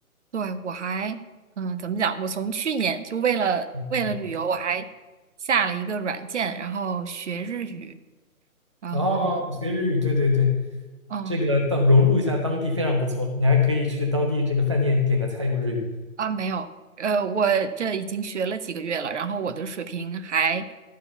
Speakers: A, on the right; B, on the right.
A: 对，我还，嗯，怎么讲？我从去年就为了为了旅游，
B: 嗯嗯，
A: 我还下了一个软件，然后学日语，然后，
B: 哦，学日语，对对对，
A: 嗯，
B: 这个当融入一下当地非常不错。你还可以去当地这个饭店点个菜用日语。
A: 啊，没有，呃，我这已经学了几个月了，然后我的水平还，